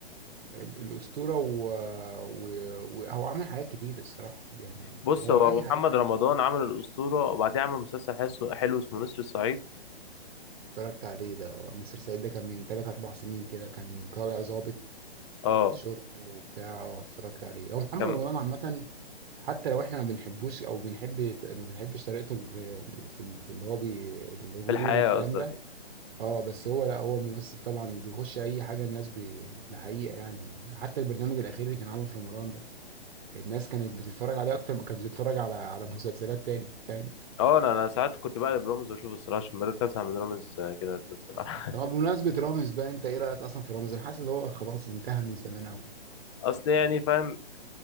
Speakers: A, on the right; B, on the left.
A: ال- الأسطورة وهو و... و... وهو عمل حاجات كتير الصراحة يعني
B: بص
A: هو
B: هو
A: أي
B: محمد
A: حاجة
B: رمضان عمل الاسطوره وبعدين عمل مسلسل حلو حلو اسمه نسر الصعيد
A: اتفرجت عليه ده اه نسر سعيد ده كان من تلات أربع سنين كده كان طالع ضابط
B: اه
A: شرطة وبتاع اه اتفرجت عليه هو محمد
B: كان
A: رمضان عامة حتى لو احنا ما بنحبوش او بنحب ما بنحبش طريقته في في في اللي هو بي الغرور
B: في الحياه
A: والكلام
B: قصدك
A: ده اه بس هو لا هو ممثل طبعا بيخش اي حاجه الناس ب- بحقيقه يعني حتى البرنامج الاخير اللي كان عامله في رمضان ده الناس كانت بتتفرج عليه اكتر ما كانت بتتفرج على على مسلسلات تاني فاهم
B: اه انا انا ساعات كنت بقلب رامز واشوف الصراحه عشان بدات ازهق من رامز آه، كده الصراحه.
A: آه. طب بمناسبة رامز بقى انت ايه رأيك اصلا في رامز انا حاسس ان هو خلاص انتهى من زمان قوي
B: اصل يعني فاهم